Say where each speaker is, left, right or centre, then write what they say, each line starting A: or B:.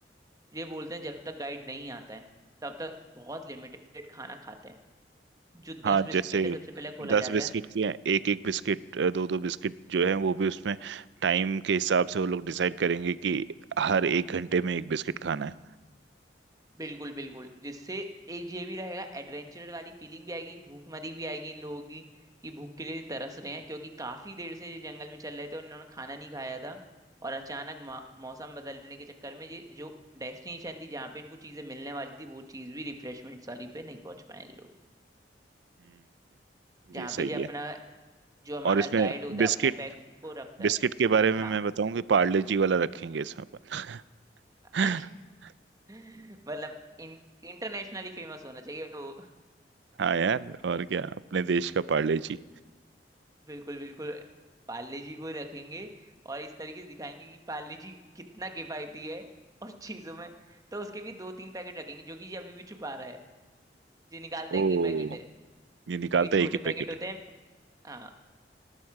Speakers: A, on the right; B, on the right.
A: ये बोलते हैं जब तक गाइड नहीं आता है तब तक बहुत लिमिटेड खाना खाते हैं जो दस
B: हाँ
A: बिस्किट
B: जैसे
A: है सबसे पहले खोला
B: दस
A: जाता
B: बिस्किट
A: है
B: के एक एक बिस्किट दो दो बिस्किट जो है वो भी उसमें टाइम के हिसाब से वो लोग डिसाइड करेंगे कि हर एक घंटे में एक बिस्किट खाना है
A: बिल्कुल बिल्कुल जिससे एक ये भी रहेगा एडवेंचर वाली फीलिंग भी आएगी भूखमरी भी आएगी इन लोगों की कि भूख के लिए तरस रहे हैं क्योंकि काफी देर से ये जंगल में चल रहे थे और इन्होंने खाना नहीं खाया था और अचानक मौ- मौसम बदलने के चक्कर में ये जो डेस्टिनेशन थी जहाँ पे इनको चीजें मिलने वाली थी वो चीज भी रिफ्रेशमेंट वाली पे नहीं पहुंच पाए ये लोग
B: हम्म।
A: जहाँ
B: ये
A: पे
B: सही
A: जो अपना
B: है
A: जो हमारा
B: और इसमें
A: गाइड होता
B: बिस्किट
A: है अपने बैग को रखता
B: बिस्किट
A: है
B: के बारे में
A: हाँ
B: मैं बताऊं कि पार्ले जी वाला रखेंगे इसमें अपन
A: <laughs>
B: <laughs>
A: मतलब इन इंटरनेशनली फेमस होना चाहिए वो
B: हाँ यार और क्या अपने देश का पार्ले
A: <laughs>
B: जी
A: बिल्कुल बिल्कुल पाले जी को रखेंगे और इस तरीके से दिखाएंगे कि पाले जी कितना किफायती है और चीजों में तो उसके भी दो तीन पैकेट रखेंगे जो कि ये अभी भी छुपा रहा है ये निकालता है
B: ओ
A: कि पैकेट है
B: ये निकालता
A: कि छोटे
B: है एक ही
A: पैकेट
B: पैकेट
A: होते
B: है
A: हैं हाँ